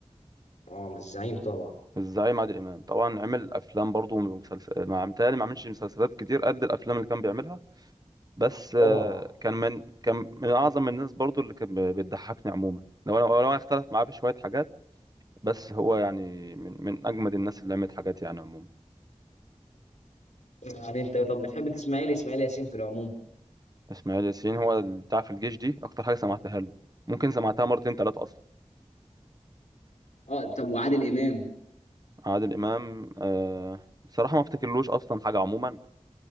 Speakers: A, on the left (about 85°); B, on the right (about 35°).
A: اه الزعيم طبعا
B: الزعيم عادل إمام طبعا عمل أفلام برضو ومسلسل ما متهيألي ما عملش مسلسلات كتير قد الأفلام اللي كان بيعملها بس آه،
A: طبعا
B: كان من كان من اعظم الناس برضو اللي كان ب- بتضحكني عموما لو انا لو انا اختلف معاه بشويه حاجات بس هو يعني من من اجمد الناس اللي عملت حاجات يعني عموما
A: يعني انت طب بتحب تسمع ايه لاسماعيل ياسين في العموم
B: اسماعيل ياسين هو اللي بتاع في الجيش دي اكتر حاجه سمعتها له ممكن سمعتها مرتين ثلاثه اصلا
A: اه طب وعادل امام
B: عادل امام آه بصراحه ما افتكرلوش اصلا حاجه عموما